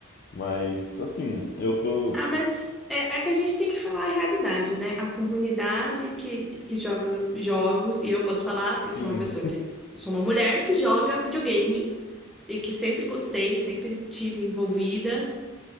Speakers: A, on the left; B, in the centre.
A: Mas, assim, eu tô.
B: Ah, mas
A: eu-
B: é, é que a gente tem que falar a realidade, né? A comunidade que, que joga jogos, e eu posso falar, porque
A: sim,
B: eu sou uma pessoa que sou uma mulher que joga videogame e que sempre gostei, sempre tive envolvida.